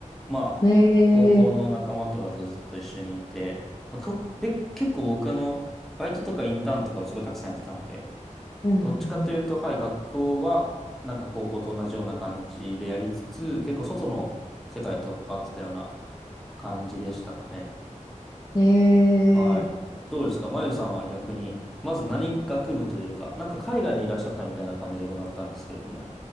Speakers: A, in the centre; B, on the left.
A: まあ、
B: うん。ええー。
A: 高校の仲間とかとずっと一緒にいて、まあ、とで、結構僕あの、バイトとかインターンとかをすごいたくさんやってたので、
B: うんうん
A: どっちかというと、はい、学校は、なんか高校と同じような感じでやりつつ、結構外の世界と関わってたような感じでしたかね。
B: うん。
A: はい。
B: ええ
A: どうですかまゆさんは逆に、まず何学部というか、なんか海外にいらっしゃったみたいな感じで伺ったんですけれども、